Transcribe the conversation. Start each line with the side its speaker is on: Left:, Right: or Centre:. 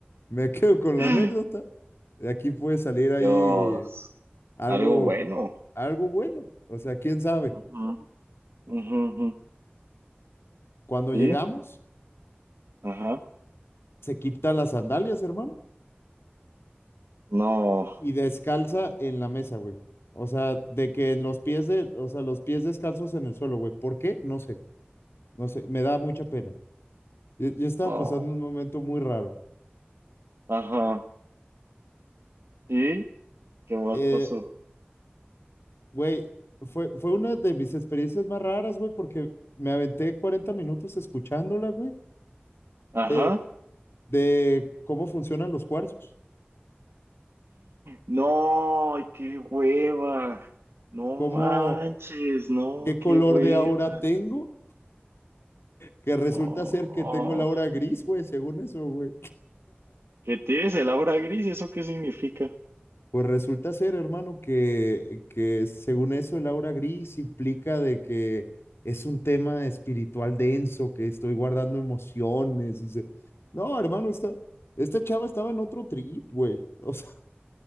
Left: Me <laughs> quedo con
Right: <laughs>
Left: la anécdota. De aquí puede salir ahí
Right: Dios.
Left: algo,
Right: Algo bueno.
Left: algo bueno. O sea, quién sabe.
Right: Ujú, ujú, ujú.
Left: Cuando
Right: Y,
Left: llegamos,
Right: ajá.
Left: se quita las sandalias, hermano,
Right: No.
Left: y descalza en la mesa, güey. O sea, de que en los pies de, o sea, los pies descalzos en el suelo, güey. ¿Por qué? No sé, no sé, me da mucha pena. Yo, yo estaba
Right: Oh,
Left: pasando un momento muy raro.
Right: Ajá. ¿Y qué más
Left: Eh,
Right: pasó?
Left: güey, fue, fue una de mis experiencias más raras, güey, porque me aventé 40 minutos escuchándola, güey,
Right: Ajá.
Left: eh, de cómo funcionan los cuarzos,
Right: No, ay, qué hueva. No
Left: cómo,
Right: manches, no,
Left: qué color
Right: qué hueva.
Left: de aura tengo, que resulta
Right: Oh,
Left: ser que
Right: oh.
Left: tengo la aura gris, güey, según eso, güey.
Right: ¿Qué tienes el aura gris? ¿Eso qué significa?
Left: Pues resulta ser, hermano, que, que según eso el aura gris implica de que es un tema espiritual denso, que estoy guardando emociones. Dice, no, hermano, esta, esta chava estaba en otro trip, güey. O sea, <laughs>